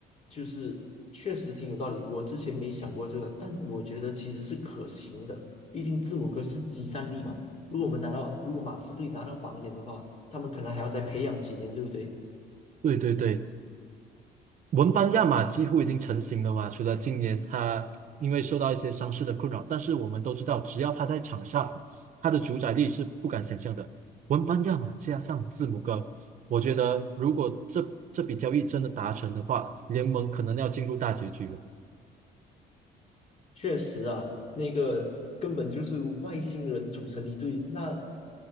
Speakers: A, on the left; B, on the right.
A: 就是确实挺有道理。我之前没想过这个，但我觉得其实是可行的。毕竟字母哥是集散力嘛。如果我们拿到，如果马刺队拿到榜眼的话，他们可能还要再培养几年，对不对？
B: 对对对，文班亚马几乎已经成型了嘛，除了今年他因为受到一些伤势的困扰，但是我们都知道，只要他在场上，他的主宰力是不敢想象的。文班亚马加上字母哥，我觉得如果这这笔交易真的达成的话，联盟可能要进入大结局了。
A: 确实啊，那个根本就是外星人组成一队。那